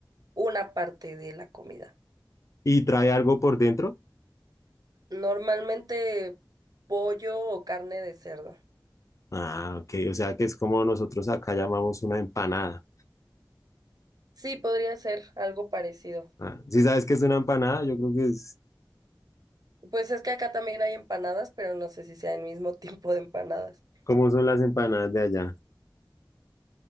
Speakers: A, on the right (about 55°); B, on the left (about 45°).
A: una parte de la comida.
B: ¿Y trae algo por dentro?
A: Normalmente pollo o carne de cerdo.
B: Ah, ok, o sea que es como nosotros acá llamamos una empanada.
A: Sí, podría ser algo parecido.
B: Ah, ¿sí sabes qué es una empanada? Yo creo que es
A: Pues es que acá también hay empanadas, pero no sé si sea el mismo <laughs> tipo de empanadas.
B: como son las empanadas de allá.